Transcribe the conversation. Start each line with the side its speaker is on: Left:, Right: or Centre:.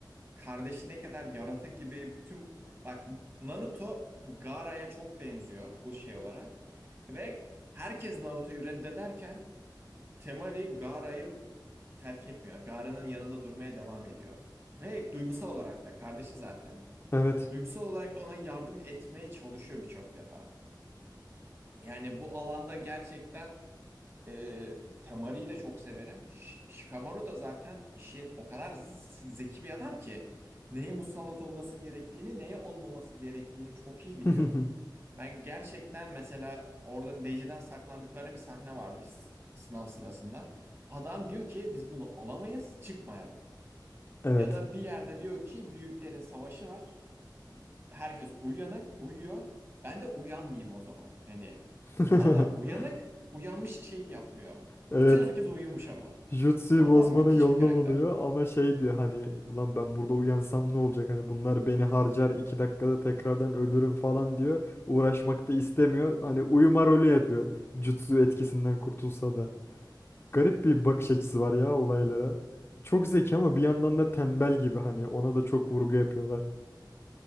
Right: kardeşi ne kadar yaratık gibi bütün... Bak Naruto Gaara'ya çok benziyor bu şey olarak. Ve herkes Naruto'yu reddederken Temari Gaara'yı terk etmiyor. Gara'nın yanında durmaya devam ediyor. Ve duygusal olarak da kardeşi zaten.
Left: Evet.
Right: Duygusal olarak da ona yardım etmeye çalışıyor birçok defa. Yani bu alanda gerçekten e, Temari'yi de çok severim. Ş- Shikamaru da zaten işin o kadar z- zeki bir adam ki neye musallat olması gerektiğini, neye olmaması gerektiğini çok iyi biliyor.
Left: <laughs>
Right: Ben gerçekten mesela orada Neji'den saklandıkları bir sahne vardı bir s- sınav sırasında. Adam diyor ki biz bunu alamayız, çıkmayalım.
Left: Evet.
Right: Ya da bir yerde diyor ki büyüklerin savaşı var. Herkes uyanık, uyuyor. Ben de uyanmayayım o zaman. Hani
Left: <laughs>
Right: adam uyanık, uyanmış şeyi yapmıyor. Bütün
Left: Evet.
Right: herkes uyumuş ama.
Left: Jutsu'yu
Right: Adam
Left: bozmanın
Right: müthiş
Left: yolunu
Right: bir karakter.
Left: buluyor ama şey diyor hani ulan ben burada uyansam ne olacak hani bunlar beni harcar iki dakikada tekrardan ölürüm falan diyor. Uğraşmak da istemiyor. Hani uyuma rolü yapıyor. Jutsu etkisinden kurtulsa da. Garip bir bakış açısı var ya olaylara. Çok zeki ama bir yandan da tembel gibi hani ona da çok vurgu yapıyorlar.